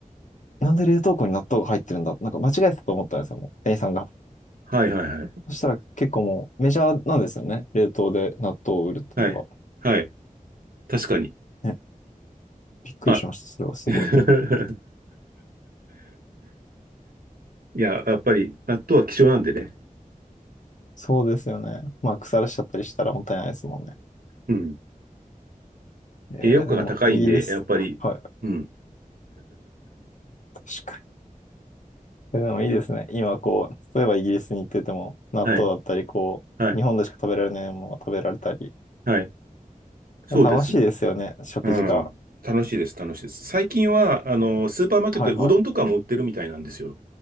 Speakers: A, on the left (about 60°); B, on the right (about 85°).
A: なんで冷凍庫に納豆が入ってるんだなんか間違えてたと思ったんですよ、もう、店員さんが。
B: はいはいはい。
A: そしたら結構もうメジャーなんですよね。冷凍で納豆を売るってのが。
B: はい。はい。確かに。
A: ね、びっくりしました。
B: は
A: それはすごい。
B: い。いや、やっぱり、納豆は希少なんでね。
A: そうですよね。まあ、腐らしちゃったりしたらもったいないですもんね。
B: うん。
A: えーでも、
B: 栄養価が高いんで、
A: イギリス、
B: やっぱり、
A: はい、
B: うん。
A: 確かに。でもいいですね。今、こう、例えばイギリスに行ってても、納豆だったり、
B: はい、
A: こう、
B: はい、
A: 日本でしか食べられないものが食べられたり。
B: はい。そうですね。
A: 楽しいですよね、食事が。
B: うん。楽しいです、楽しいです。最近は、あの、
A: えーはいはい。
B: スーパーマーケットでうどんとかも売ってるみたいなんですよ。